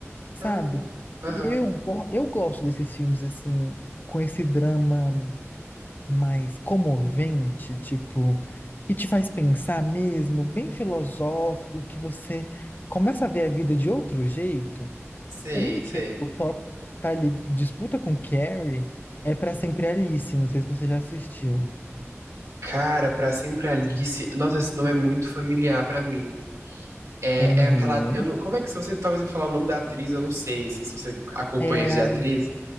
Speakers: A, on the left; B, on the right.
A: sabe?
B: Ah, aham.
A: Eu, go- eu gosto desses filmes, assim, com esse drama mais comovente, tipo, que te faz pensar mesmo, bem filosófico, que você começa a ver a vida de outro jeito.
B: Sei,
A: Um
B: sei.
A: que o top tá ali, disputa com Carrie, é Pra Sempre Alice, não sei se você já assistiu.
B: Cara, Pra Sempre Alice. Nossa, esse nome é muito familiar pra mim. É,
A: Aham.
B: é aquela. Eu não, como é que se você talvez me falar o nome da atriz, eu não sei, assim, se você acompanha
A: É,
B: isso de atriz.